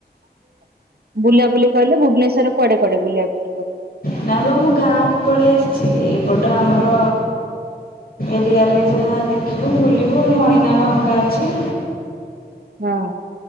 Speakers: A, on the right (about 65°); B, on the left (about 60°).
A: ବୁଲାବୁଲି କଲେ ଭୁବନେଶ୍ୱର କଆଡେ କୁଆଡେ ବୁଲିବାକୁ ଯିବେ?
B: ନାଇଁ ବା ମୁଁ ଗାଁକୁ ପଳେଇ ଆସିଛି। ଏଇ ପଟ ଆମର ଏରିଆ ରେ ଯାହା ଦେଖିବୁ, ବୁଲିବୁ, ଏ ମଣିନାଗ ହଙ୍କା ଅଛି।
A: ହଁ।